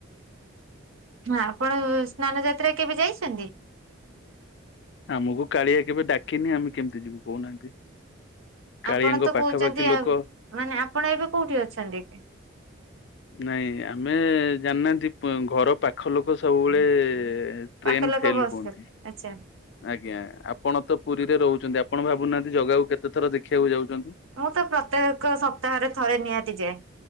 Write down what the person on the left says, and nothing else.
ଆମକୁ କାଳିଆ କେବେ ଡାକିନି ଆମେ କେମିତି ଯିବୁ କହୁନାହାନ୍ତି? କାଳିଆଙ୍କ
ପାଖାପାଖି
ଲୋକ
ନାଇଁ ଆମେ ଜାଣିନାହାନ୍ତି ଘର ପାଖ ଲୋକ ସବୁବେଳେ ଟ୍ରେନ
ଫେଲ
ହୁଅନ୍ତି
ଆଜ୍ଞା ଆପଣ ତ ପୁରୀରେ ରହୁଚନ୍ତି ଆପଣ ଭାବୁନାହାନ୍ତି ଜଗାକୁ କେତେ ଥର ଦେଖିବାକୁ ଯାଉଛନ୍ତି।